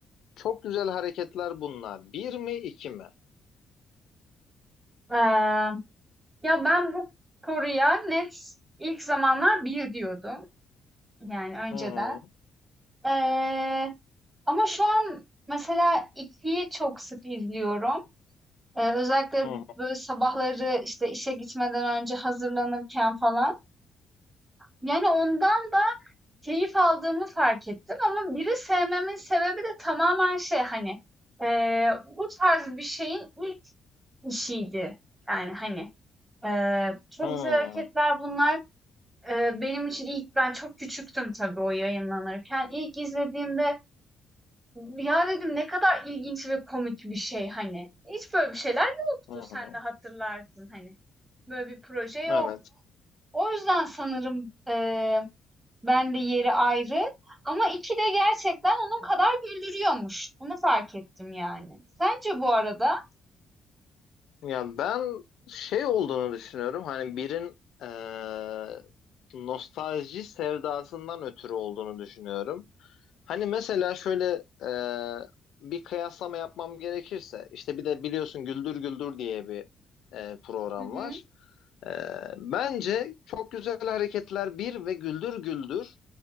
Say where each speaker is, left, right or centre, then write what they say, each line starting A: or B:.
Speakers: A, on the left; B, on the right.
A: çok güzel hareketler bunlar. Bir mi, iki mi?
B: Eee, ya ben bu soruya net ilk zamanlar bir diyordum. Yani önceden.
A: Hı hı,
B: Eee, ama şu an mesela ikiyi çok sık izliyorum. Eee, özellikle
A: hı
B: böyle sabahları işte işe gitmeden önce hazırlanırken falan. Yani ondan da keyif aldığımı fark ettim ama biri sevmemin sebebi de tamamen şey hani eee, bu tarz bir şeyin ilk işiydi. Yani hani ee, çok
A: hı, hı
B: güzel hareketler bunlar. Eee, benim için ilk ben çok küçüktüm tabii o yayınlanırken. İlk izlediğimde, "Ya" dedim, "Ne kadar ilginç ve komik bir şey." hani. Hiç böyle bir şeyler yoktu.
A: hı. hı
B: Sen
A: hı.
B: de hatırlarsın hani. Böyle bir proje yok.
A: Evet.
B: O yüzden sanırım, eee, ben de yeri ayrı ama iki de gerçekten onun kadar güldürüyormuş. Bunu fark ettim yani. Sence bu arada?
A: Ya ben şey olduğunu düşünüyorum. Hani birin eee, nostalji sevdasından ötürü olduğunu düşünüyorum. Hani mesela şöyle eee, bir kıyaslama yapmam gerekirse işte bir de biliyorsun Güldür Güldür diye bir eee, program
B: Hı hı.
A: var. Eee, bence Çok Güzel Hareketler bir ve Güldür Güldür